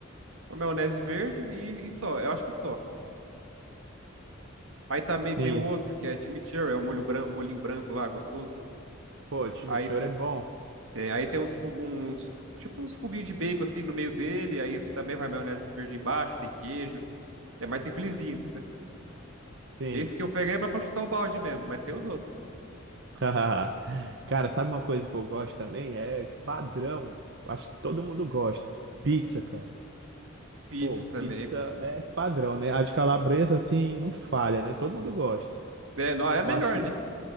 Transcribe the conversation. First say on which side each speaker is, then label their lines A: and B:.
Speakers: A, on the right; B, on the right.
A: uma maionese verde e, e só. Eu acho que só. Aí também tem
B: sim.
A: um outro que é chimichurri, é um molho branco, um molhinho branco lá, gostoso.
B: Pô, chimichurri
A: Aí
B: é bom.
A: tem, aí tem uns, cu- uns tipo uns cubinhos de bacon assim no meio dele, aí também vai maionese verde embaixo, tem queijo. É mais simplesinho, entendeu?
B: Sim.
A: Esse que eu peguei é mais pra chutar o balde mesmo, mas tem os outros.
B: <laughs> Cara, sabe uma coisa que eu gosto também? É padrão. Acho que todo mundo gosta. Pizza, cara.
A: Pizza
B: Pô,
A: também.
B: pizza é padrão, né? A de calabresa, assim, não falha, né? Todo mundo gosta.
A: É, não, é melhor,
B: Eu acho que
A: né?